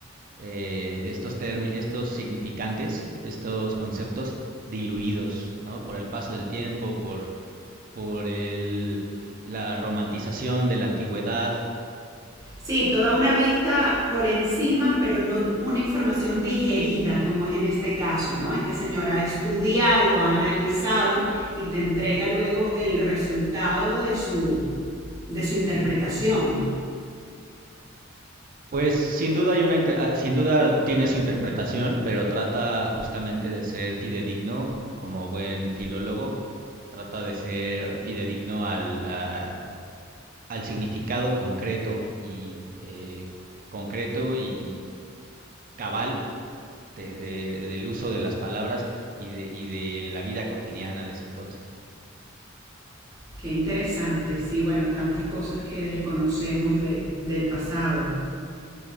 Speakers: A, on the right; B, on the right.
A: eh, estos, termi- estos significantes, estos conceptos diluidos, ¿no? Por el paso del tiempo, por, por el, la romantización de la antigüedad.
B: Sí, toda una vista por encima, pero no una información digerida como es en este caso, ¿no? Este señor ha estudiado, ha analizado y te entrega luego el resultado de su de su interpretación.
A: Pues sin duda hay una inter- ah, sin duda tiene su interpretación, pero trata justamente de ser fidedigno como buen filólogo, trata de ser fidedigno al, a- al significado concreto y eh, concreto y cabal de, de- del uso de las palabras y de, y de la vida cotidiana de ese entonces.
B: Qué interesante, sí, bueno, tantas cosas que desconocemos de, del pasado.